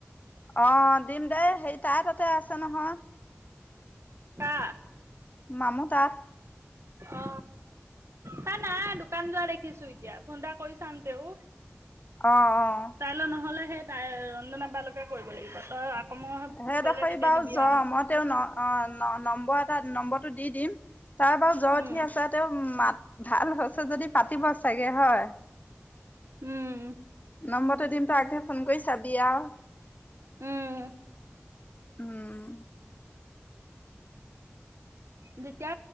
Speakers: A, on the left; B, on the right.
A: অ', দিম দেই, সেই তাই তাতে আছে নহয়।
B: কা
A: মামুৰ তাত।
B: অ তাই নাই দোকান যোৱা দেখিছোঁ এতিয়া ফোন এটা কৰি চাম তেওঁ
A: অ অ
B: তাইলৈ নহ'লে সেই তাই ৰঞ্জনৰ তালৈকে কৰিব লাগিব। তই আকৌ মই
A: সেইডখৰি
B: কৰিলে তেতিয়া
A: বাৰু
B: দিবি
A: জ্বৰ
B: আৰু
A: মই
B: কম
A: তেওঁ ন অ', নম্ব ম্বৰ এটা নম্বৰটো দি দিম। তাৰ বাৰ জ্বৰ
B: উম
A: উঠি আছে তেওঁ মাত ভাল হৈছে যদি পাতিব চাগে হয়,
B: উম
A: নম্বৰটো দিম তই আগে ফোন কৰি চাবি আৰু।
B: উম
A: উম।
B: যেতিয়া